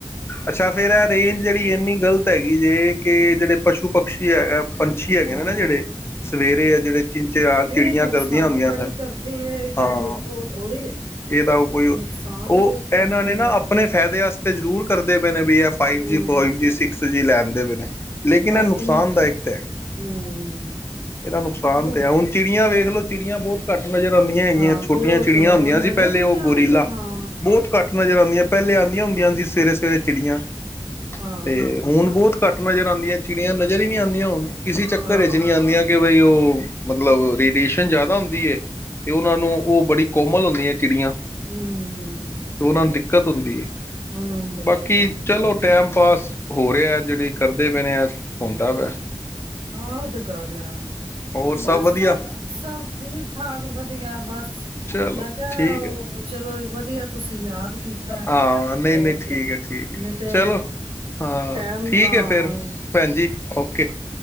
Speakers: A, on the left; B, on the right.
A: ਅੱਛਾ ਫੇਰ ਇਹ ਰੇਂਜ ਜਿਹੜੀ ਇੰਨੀ ਗ਼ਲਤ ਹੈਗੀ ਜੇ ਕਿ ਜਿਹੜੇ ਪਸ਼ੂ ਪਕਸ਼ੀ ਹੈਗਾ। ਪੰਛੀ ਹੈਗੇ
B: ਹਾਂ
A: ਨੇ ਨਾ ਜਿਹੜੇ ਸਵੇਰੇ ਆ ਜਿਹੜੇ <unintelligible> ਚਿੜੀਆਂ
B: ਇਹ ਨੁਕਸਾਨ
A: ਕਰਦੀਆਂ ਹੁੰਦੀਆਂ
B: ਬੜੀ
A: ਸਨ
B: ਕਰਦੀ ਹੈ ਇਹਦਾ
A: ਹਾਂ
B: ਕੋਈ ਉਹ ਥੋੜ੍ਹੀ ਹੈ।
A: ਇਹਦਾ ਉਹ ਕੋਈ
B: ਨੁਕਸਾਨ
A: ਉਹ
B: ਬਹੁਤ
A: ਇਹਨਾਂ
B: ਕਰਦੀ
A: ਨੇ ਨਾ
B: ਹੈ
A: ਆਪਣੇ ਫਾਇਦੇ ਵਾਸਤੇ, ਤੇ ਜ਼ਰੂਰ ਕਰਦੇ। ਵੀ ਇਹ five
B: ਹਮ
A: G five G six G ਲੈਣ ਦੇ ਬਨੇ ਲੇਕਿਨ
B: ਬਾਕੀ
A: ਇਹ ਨੁਕਸਾਨਦਾਇਕ
B: ਨੁਕਸ
A: ਤਾਂ ਹੈਗਾ
B: ਹਮ
A: ਇਹਦਾ ਨੁਕਸਾਨ
B: ਉਹ
A: ਤਾਂ ਐ ਹੁਣ ਚਿੜੀਆਂ ਵੇਖ ਲਓ ਚਿੜੀਆਂ ਬਹੁਤ ਘੱਟ ਨਜ਼ਰ ਆਉਂਦੀਆਂ ਹੈਗੀਆਂ
B: ਹਾਂ
A: ਛੋਟੀਆਂ
B: ਬਹੁਤ
A: ਚਿੜੀਆਂ
B: ਉਹ
A: ਹੁੰਦੀਆਂ
B: ਨਜ਼ਰ
A: ਸੀ, ਪਹਿਲੇ
B: ਨਹੀਂ
A: ਉਹ
B: ਆਉਂਦੇ
A: ਗੋਰੀਲਾ
B: ਹਾਂ
A: ਬਹੁਤ ਘੱਟ ਨਜ਼ਰ ਆਦੀਆਂ। ਪਹਿਲੇ ਆਂਦੀਆਂ ਹੁੰਦੀਆਂ, <unintelligible> ਫੇਰ ਚਿੜੀਆਂ
B: ਹਾਂ
A: ਤੇ ਹੁਣ ਬਹੁਤ ਘੱਟ ਨਜ਼ਰ ਆਉਂਦੀਆਂ ਚਿੜੀਆਂ, <unintelligible> ਆਦੀਆ ਹੁਣ, ਇਸੀ ਚੱਕਰ
B: ਹਾਂ
A: ਵਿੱਚ ਨਹੀਂ ਆਦੀਆਂ ਕਿ ਬਈ ਉਹ, ਮਤਲਬ ਰੇਡੀਏਸ਼ਨ ਜਿਆਦਾ ਹੁੰਦੀ ਹੈ, ਤੇ ਉਹਨਾਂ ਨੂੰ ਉਹ ਬੜੀ ਕੋਮਲ ਹੁੰਦੀ ਹੈ। ਚਿੜੀਆਂ ਤੇ
B: ਹਮ
A: ਉਹਨਾਂ ਨੂੰ ਦਿ ਦਿੱਕਤ ਹੁੰਦੀ ਏ,
B: ਉਹਨਾਂ ਨੂੰ ਦਿੱਕਤ
A: ਬਾਕੀ
B: ਹੁੰਦੀ
A: ਚਲੋ
B: ਹੈ
A: ਟੈਮ ਪਾਸ, ਹੋ ਰਿਹਾ ਜਿਹੜੇ ਕਰਦੇ ਪਏ ਨੇ ਆ ਹੁੰਦਾ ਪਿਆ,
B: ਆਾਂ ਤੇ ਗੱਲ ਹੈ
A: ਹੋਰ
B: ਬਸ
A: ਵਧੀਆ
B: ਸਭ ਸਭ ਠੀਕ ਠਾਕ ਵਧੀਆ ਬਸ
A: ਚਲੋ
B: ਮੈਂ ਕਿਹਾ
A: ਠੀਕ ਹੈ
B: ਚਲੋ ਵਧੀਆ ਤੁਸੀਂ ਯਾਦ ਕੀਤਾ
A: ਹਾਂ ਨਹੀਂ
B: ਹੋਰ
A: ਨਹੀਂ ਠੀਕ
B: ਕੇ
A: ਹੈ ਠੀਕ
B: ਨਹੀਂ ਤੇ
A: ਚਲੋ ਹਾਂ
B: ਟੈਮ
A: ਠੀਕ
B: ਹਾਂ
A: ਹੈ ਫਿਰ ਭੈਣ ਜ ਓਕੇ